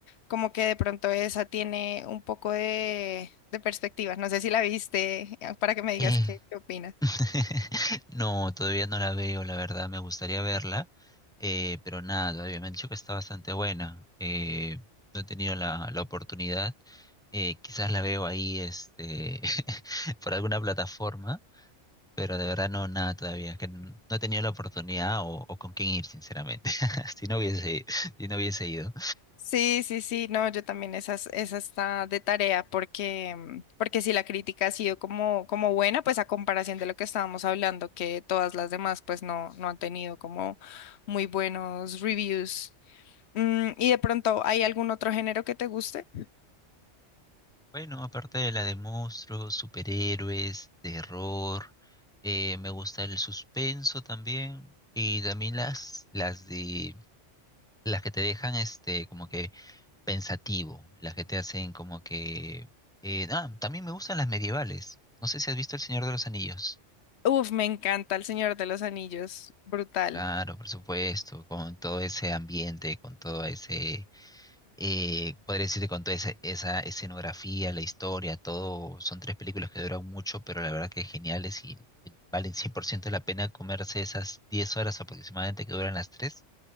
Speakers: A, on the left; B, in the centre.
A: Como que de pronto esa tiene un poco de, de perspectiva. No sé si la viste, <laughs> eh, para que me digas
B: <clears throat>
A: qué, qué opinas.
B: <laughs> No, todavía no la veo, la verdad, me gustaría verla, eh, pero nada, todavía me han dicho que está bastante buena. eh, no he tenido la, la oportunidad, eh, quizás la veo ahí este, <laughs> por alguna plataforma, pero de verdad no, nada todavía, que n- no he tenido la oportunidad o, o con quién ir, sinceramente, <laughs> si no hubiese, si no hubiese ido.
A: Sí, sí, sí, no, yo también esas, esa está de tarea porque, mm, porque si la crítica ha sido como, como buena, pues a comparación de lo que estábamos hablando, que todas las demás pues no, no han tenido como muy buenos reviews. Mm, y de pronto, ¿hay algún otro género que te guste?
B: Bueno, aparte de la de monstruos, superhéroes, terror, eh, me gusta el suspenso también y también las las de las que te dejan este como que pensativo, las que te hacen como que eh, ah, también me gustan las medievales. No sé si has visto El Señor de los Anillos.
A: Uf, me encanta El Señor de los Anillos, brutal.
B: Claro, por supuesto, con todo ese ambiente, con todo ese eh, podría decirte con toda esa, esa escenografía, la historia, todo, son tres películas que duran mucho, pero la verdad que geniales y, y valen 100% la pena comerse esas 10 horas aproximadamente que duran las tres.